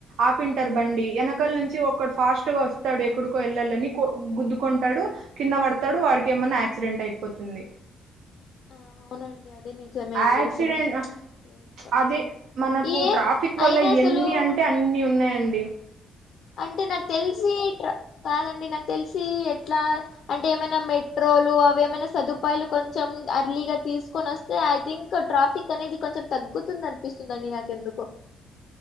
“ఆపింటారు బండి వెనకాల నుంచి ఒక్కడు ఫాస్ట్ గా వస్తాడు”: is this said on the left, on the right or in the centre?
Right